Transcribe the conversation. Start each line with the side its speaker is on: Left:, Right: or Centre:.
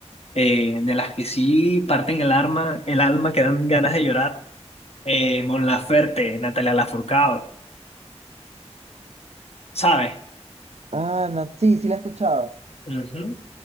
Left: eh, de las que sí parten el alma, el alma que dan ganas de llorar, eh, Mon Laferte, Natalia Lafourcade, ¿sabes?
Right: Ah, no, sí, sí la he escuchado.
Left: Ujú.